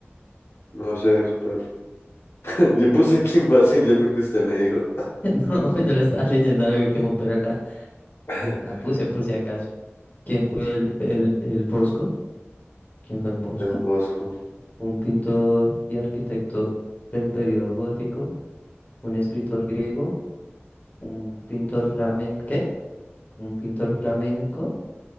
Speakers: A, on the left (about 70°); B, on the left (about 40°).
A: No sé, pero <laughs> yo puse Kim Basinger porque usted me dijo.
B: No, yo la estaba leyendo al último, pero la,
A: <laughs>
B: la puse por si acaso. ¿Quién fue el, el, el Bosco? ¿Quién fue el Bosco?
A: El Bosco.
B: un pintor y arquitecto del periodo gótico, un escritor griego, un pintor flamenco, ¿qué? Un pintor flamenco,